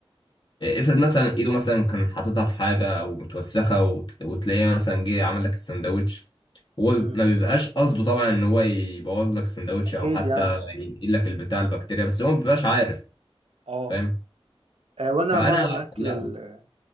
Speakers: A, on the left; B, on the right.
A: افرض مثلا ايده مثلا كان حاططها في حاجه او متوسخه وت- وتلاقيه مثلا جه عمل لك السندوتش هو
B: امم
A: ما بيبقاش قصده طبعا ان هو يبوظ لك السندوتش
B: اكيد
A: او حتى
B: يعني
A: ينقل لك البتاع البكتيريا بس هو ما بيبقاش عارف
B: اه
A: فاهم
B: آه، وانا
A: فانا
B: معظم الاكل
A: لا
B: ال-